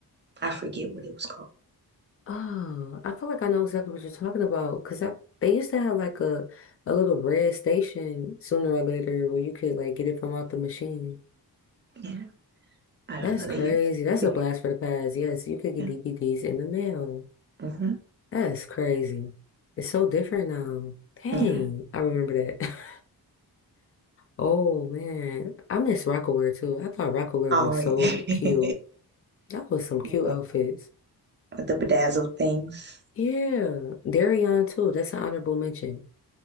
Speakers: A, on the right; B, on the left.
A: I forget what it was called.
B: Oh, I feel like I know exactly what you're talking about because I they used to have like a a little red station sooner or later where you could like get it from out the machine.
A: Yeah, I don't
B: That's
A: know. They,
B: crazy.
A: u-
B: That's
A: they
B: a blast for the past. Yes, you could get
A: yeah,
B: DVDs in the mail.
A: hmm
B: That's crazy. It's so different now. Dang,
A: yeah.
B: I remember that. <laughs> Oh man, I miss Rockaware too. I thought Rockaware
A: Oh,
B: was so
A: <laughs> yeah.
B: cute. That was some cute
A: With
B: outfits.
A: the bedazzled things.
B: Yeah, Darion too. That's an honorable mention.